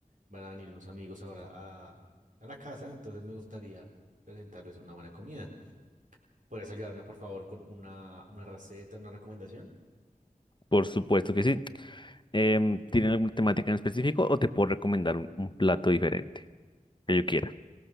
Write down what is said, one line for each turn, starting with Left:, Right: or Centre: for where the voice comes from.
Right: van a venir unos amigos ahora a, a la casa, entonces me gustaría presentarles una buena comida. ¿Podrías ayudarme por favor con una, una receta, una recomendación?
Left: Por supuesto que sí. Em, ¿tienen alguna temática en específico o te puedo recomendar un, un plato diferente que yo quiera?